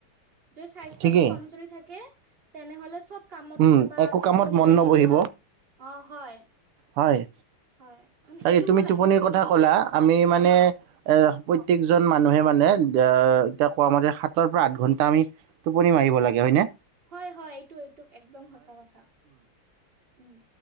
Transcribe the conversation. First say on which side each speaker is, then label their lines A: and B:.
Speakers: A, on the right (about 30°); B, on the right (about 85°).
A: যদি স্বাস্থ্যতটো
B: ঠিকেই
A: কমজৰি থাকে তেনেহলে চব কামতো
B: উম
A: চাবা
B: একো
A: টোপনি
B: কামত মন
A: লাগিব,
B: নবহিব
A: অ হয়।
B: হয়
A: হয় মানে
B: তাকে
A: এলেহুৱা
B: তুমি
A: লাগি
B: টোপনিৰ
A: থাকে
B: কথা
A: ন
B: ক'লা আমি মানে
A: অ
B: এ প্ৰত্যয়েকজন মানুহে মানে এ এতিয়া কোৱামাৰে সাতৰ পৰা আঠ ঘণ্টা আমি টোপনি মাৰিব লাগে হয় নে?
A: হয় হয় এইটো এইটো একদম সচা কথা, উম।